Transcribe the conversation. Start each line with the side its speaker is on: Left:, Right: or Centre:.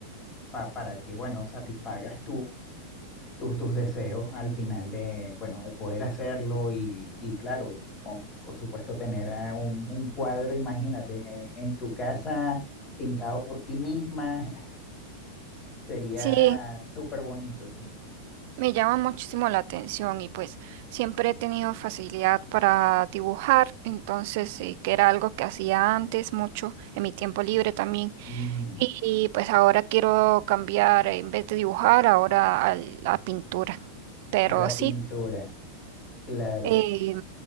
Left: pa- para que, bueno, satisfagas tus, tus deseos al final de, bueno, de poder hacerlo y, y claro, y con- por supuesto tener eh, un, un cuadro, imagínate, en, en tu casa pintado por ti misma, <laughs> sería
Right: Sí,
Left: súper bonito, sí.
Right: me llama muchísimo la atención y pues siempre he tenido facilidad para dibujar, entonces sí, que era algo que hacía antes mucho en mi tiempo libre también.
Left: Mm,
Right: Y pues ahora quiero cambiar, en vez de dibujar, ahora al- a la pintura. Pero
Left: a la
Right: sí.
Left: pintura, claro.
Right: Eh,